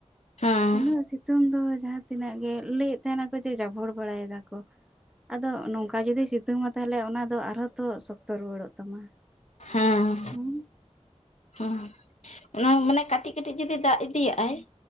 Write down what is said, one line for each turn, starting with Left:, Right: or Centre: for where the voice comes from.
Left: ᱦᱮᱸ
Centre: ᱩᱱᱟᱹᱜ ᱥᱤᱛᱩᱝ ᱫᱚ ᱡᱟᱦᱟᱸ ᱛᱤᱱᱟᱹᱜ ᱜᱮ ᱞᱟᱹᱭᱮᱫ ᱛᱟᱦᱮᱱᱟᱠᱚ ᱡᱮ ᱡᱟᱵᱷᱚᱲ ᱵᱟᱲᱟᱭ ᱫᱟᱠᱚ, ᱟᱫᱚ ᱱᱚᱝᱠᱟ ᱡᱩᱫᱤ ᱥᱤ ᱥᱤᱛᱩᱝᱟ ᱛᱟᱦᱟᱞᱮ ᱚᱱᱟ ᱫᱚ ᱟᱨᱦᱚᱸ ᱛᱚ ᱥᱚᱠᱛᱚ ᱨᱩᱣᱟᱹᱲᱚᱜ ᱛᱟᱢᱟ।
Left: ᱦᱮᱸ
Centre: ᱦᱩᱸ
Left: ᱦᱚᱸ ᱚᱱᱟ ᱢᱟᱱᱮ ᱠᱟᱹᱴᱤᱡ ᱠᱟᱹᱴᱤᱡ ᱡᱩᱫᱤ ᱫᱟᱜ ᱤᱫᱤᱭᱟᱜᱼᱟᱭ